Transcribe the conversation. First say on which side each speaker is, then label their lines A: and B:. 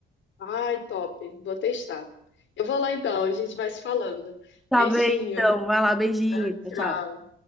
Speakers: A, on the left (about 70°); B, in the centre.
A: Ai, top. Vou testar. Eu vou lá então, a gente vai se falando.
B: Tá
A: Beijinho.
B: bem, então. Vai lá, beijinho.
A: Tchau, tchau.
B: Tchau. tchau.